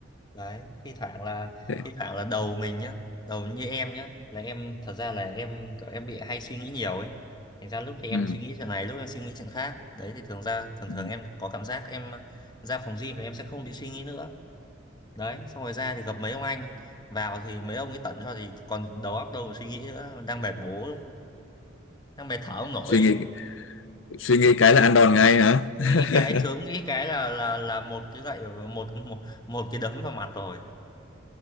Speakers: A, on the left; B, on the left.
A: đấy thi thoảng là
B: Thế-
A: thi thoảng là đầu mình nhá đầu như em nhá là em thật ra là em kiểu em bị hay suy nghĩ nhiều ấy thành ra lúc thì em
B: Ừ.
A: suy nghĩ chuyện này lúc em suy nghĩ chuyện khác đấy thì thường ra thường
B: ừ.
A: thường em có cảm giác em ra phòng gym là em sẽ không bị suy nghĩ nữa đấy xong rồi ra thì gặp mấy ông anh vào thì mấy ông ấy tận cho thì còn đầu óc đâu mà suy nghĩ nữa đang mệt bố đúng không? đang mệt thở không nổi
B: Suy nghĩ suy nghĩ cái là ăn đòn ngay hả?
A: suy
B: <laughs>
A: nghĩ cái chớm nghĩ cái là là là một cái gậy một một một cái đấm vào mặt rồi